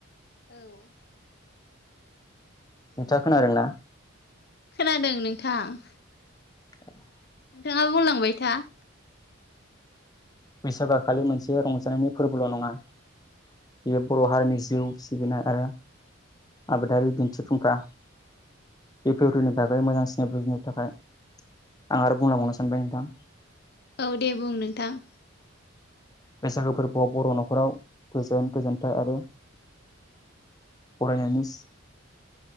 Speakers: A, on the left; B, on the left.
A: औ
B: नोंथां खोनादोंना?
A: खोनादों नोंथां ।
B: औ
A: नोंथांङा बुंलांबाय था ।
B: बैसागुया खालि मोनसे रंजानायनि फोरबोल' नंङा । बेयो बर' हारिनि जिउ सिबिनाय आरो आबादारि दिन्थिफुंखा इउ पि नि बागै मोजांसिन बुजिनो थाखाय आं आरो बुंलाबावनो सानबाय नोंथां ।
A: औ दे बुं नोंथां ।
B: बैसागो फोरबोआव बर' न'खराव गोजोन गोजोनथाइ आरो फरायनायनिस